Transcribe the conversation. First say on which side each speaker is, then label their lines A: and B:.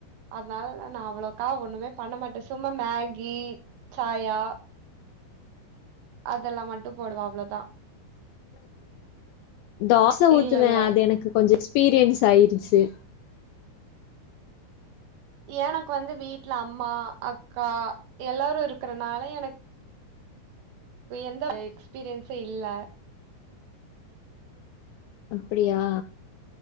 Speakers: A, on the right; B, on the left.
A: அதனால நான அவ்வளவுக்கா ஒண்ணுமே பண்ண மாட்டேன் சும்மா மேகி சாயா அதெல்லாம் மட்டும் போடுவா அவ்ளவுதான்
B: தோச ஊத்துவேன்
A: இல்லல்ல.
B: அது எனக்கு கொஞ்சம் எ எக்ஸ்பீரியன்ஸ் ஆயிடுச்சு
A: எனக்கு வந்து வீட்டுல அம்மா அக்கா எல்லாரும் இருக்கறனால எனக்கு எந்த எக்ஸ்பீரியன்ஸ்ம் இல்ல
B: அப்டியா